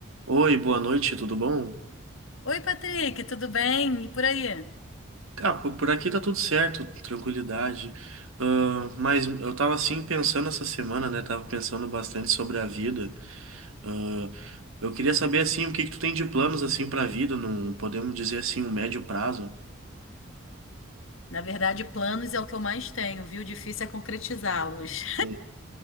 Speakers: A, on the right (about 80°); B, on the left (about 75°).
A: Oi, boa noite, tudo bom?
B: Oi, Patrick, tudo bem? E por aí?
A: Ah, por por aqui tá tudo certo, tranquilidade. Ah, mas eu tava assim pensando essa semana, né? Tava pensando bastante sobre a vida. Ah, eu queria saber assim, o que que tu tem de planos assim para a vida, Não podemos dizer assim, um médio prazo?
B: Na verdade, planos é o que eu mais tenho, viu? Difícil é concretizá-los.
A: Hum,